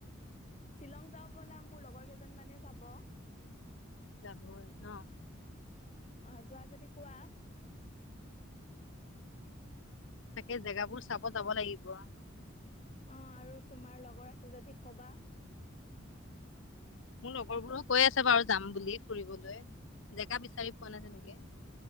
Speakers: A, on the left; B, on the left.
A: শ্বিলং যাওঁ বোলা মোৰ লগৰ কেইজন মানে যাব।
B: যাব ন।
A: আহ যোৱা যদি কোৱা।
B: চাকে জেগাবোৰ চাব যাব লাগিব।
A: অ' আৰু তোমাৰ লগৰ আছে যদি কবা
B: মোৰ লগৰ বোৰো কৈ আছে। বাৰু যাম বুলি ফুৰিবলৈ জেগা বিচাৰি পোৱা নাই তেনেকে।